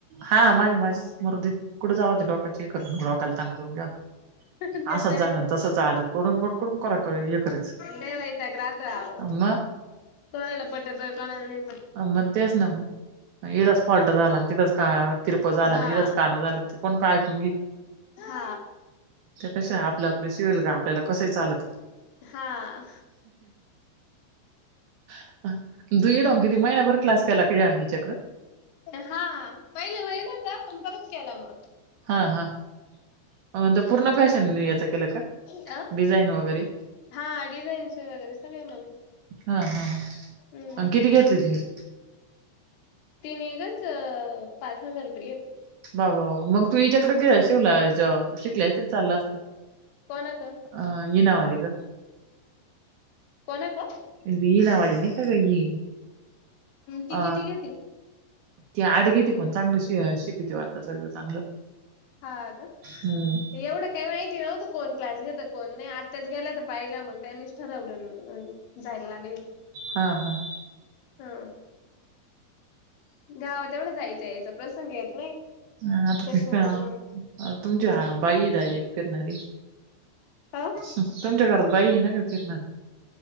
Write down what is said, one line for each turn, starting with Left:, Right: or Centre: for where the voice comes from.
Right: हा माझे माझेच मरूदे कुढ जावं ते डोक्याचे हे करून डोक्याला ताण करून घ्यावा.
Left: ते
Right: असंच
Left: तर आहेच.
Right: झालं तसंच आलं कोडून को कोडून करा कर हे करायचं
Left: लय वैताग राहतो अहो
Right: मग
Left: कोणाला पटतं कोणाला नही.
Right: मग तेच ना मग इडच फॉल्ट झाला तिथंच का तिरप झाला
Left: हा
Right: इढंच कानं झालं कोण का ऐकून घेईल.
Left: हा
Right: त्याहीपेक्षा आपलं आपलं शिवेल गा आपल्याला कसंय चालतय
Left: हा
Right: ह <inaudible> तू इड येऊन किती महिनाभर क्लास केला का ह्या इच्याकडं
Left: हा पहिले व्हाईल होता पण परत केला मग
Right: हा हां पूर्ण फॅशन याच केलं का
Left: हा
Right: डिझाईन वगैरे
Left: हा डिझाईनचे वगैरे सगळे मग
Right: हा हा हा
Left: हम्म.
Right: अं किती घेतले तिनी
Left: तिनी गंज पाच हजार रुपये घेतले
Right: बा बा. बा मग तू हिच्याकड गे शिवलाय शिकली असती तरी चाललं असतं
Left: कोणाक
Right: अ हिनावाली क
Left: कोणाक
Right: हिनावाली नाही का गं हि
Left: ती
Right: अ
Left: किती घेती
Right: ती आठ घेती पण चांगलं श शिकविती वाटतं सगळ चांगलं
Left: हा का
Right: हम्म
Left: एवढं काही माहिती नव्हतं कोण क्लास घेत कोण नाही आत्याच गेल्यात्या पाहिला मग त्यांनीच ठरवलं जायला लागले
Right: हा हा
Left: हा गावात एवढं जायचा यायचा प्रसंग येत नाही
Right: ह आता
Left: त्याच्यामुळे मग
Right: तुमची बाई डायरेक्ट फिरणारी
Left: अ
Right: तुमच्या घरात बाई येना गं फिरणारी